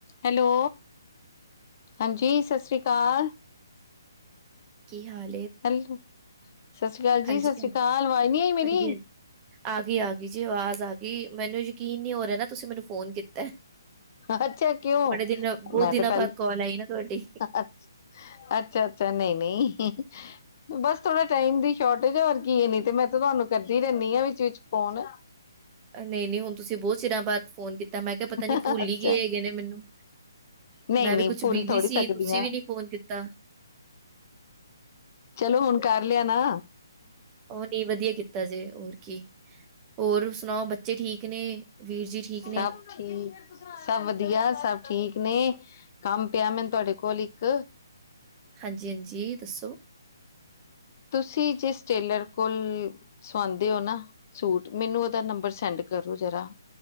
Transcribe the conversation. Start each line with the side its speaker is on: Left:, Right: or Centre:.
Left: Hello, ਹਾਂਜੀ ਸਤਿ ਸ੍ਰੀ ਆਕਾਲ।
Right: ਕੀ ਹਾਲ ਏ?
Left: ਹੈਲੋ, ਸਤਿ ਸ੍ਰੀ ਆਕਾਲ
Right: ਹਾਂਜੀ
Left: ਜੀ-ਸਤਿ ਸ੍ਰੀ
Right: ਹਾਂਜੀ
Left: ਅਕਾਲ ਅਵਾਜ਼ ਨੀ ਆਈ ਮੇਰੀ?
Right: ਹਾਂਜੀ ਹਾਂਜੀ ਆ ਗਈ- ਆ ਗਈ ਜੀ, ਆਵਾਜ਼ ਆ ਗਈ ਮੈਨੂੰ ਯਕੀਨ ਨਹੀਂ ਹੋ ਰਿਹਾ ਨਾ ਤੁਸੀਂ ਮੈਨੂੰ ਫੋਨ ਕੀਤਾ।
Left: ਅੱਛਾ, ਕਿਉਂ
Right: ਬੜੇ ਦਿਨ ਬਹੁਤ
Left: ਮੈਂ
Right: ਦਿਨਾਂ
Left: ਤੇ ਪਹਿਲ
Right: ਬਾਅਦ ਕਾਲ ਆਈ ਨਾ ਤੁਹਾਡੀ
Left: ਅੱਛਾ-ਅੱਛਾ, ਨਹੀਂ-ਨਹੀਂ। ਬਸ, ਥੋੜਾ ਟਾਈਮ ਦੀ ਸ਼ੋਰਟੇਜ ਆ ਔਰ ਕੀ ਇਹ ਨੀ ਤੇ ਮੈਂ ਤਾਂ ਤੁਹਾਨੂੰ ਕਰਦੀ ਰਹਿੰਦੀ ਹਾਂ ਵਿੱਚ-ਵਿੱਚ ਫੋਨ।
Right: ਨਹੀਂ-ਨਹੀਂ ਹੁਣ ਤੁਸੀਂ ਬਹੁਤ ਚਿਰਾਂ ਬਾਅਦ ਫੋਨ ਕੀਤਾ ਮੈਂ ਕਿਹਾ ਨੀ
Left: ਅੱਛਾ
Right: ਭੁਲੀ ਗੇ ਹੈਗੇ ਨੇ ਮੈਨੂੰ
Left: ਨਹੀਂ
Right: ਮੈਂ
Left: ਨਹੀਂ
Right: ਵੀ ਕੁਛ
Left: ਭੁੱਲ
Right: ਬਿਜੀ
Left: ਥੋੜ੍ਹੀ
Right: ਸੀ,
Left: ਸਕਦੀ
Right: ਤੁਸੀਂ
Left: ਹਾਂ
Right: ਵੀ ਨੀ ਫੋਨ ਕੀਤਾ।
Left: ਚਲੋ, ਹੁਣ ਕਰ ਲਿਆ ਨਾ।
Right: ਵਧੀਆ, ਵਧੀਆ ਕੀਤਾ ਜੇ ਹੋਰ ਕੀ ਹੋਰ ਸੁਣਾਓ ਬੱਚੇ ਠੀਕ ਨੇ? ਵੀਰ ਜੀ ਠੀਕ ਨੇ?
Left: ਸਭ ਠੀਕ <unintelligible> ਸਭ ਵਧੀਆ ਸਭ ਠੀਕ ਨੇ, ਕੰਮ ਪਿਆ ਮੈਨੂੰ ਤੁਹਾਡੇ ਕੋਲ ਇੱਕ
Right: ਹਾਂਜੀ-ਹਾਂਜੀ, ਦੱਸੋ?
Left: ਤੁਸੀਂ ਜਿਸ ਟੇਲਰ ਕੋਲ, ਸਵਾਂਦੇ ਹੋ ਨਾ? ਸੂਟ, ਮੈਨੂੰ ਉਹਦਾ ਨੰਬਰ ਸੈਂਡ ਕਰੋ ਜਰਾ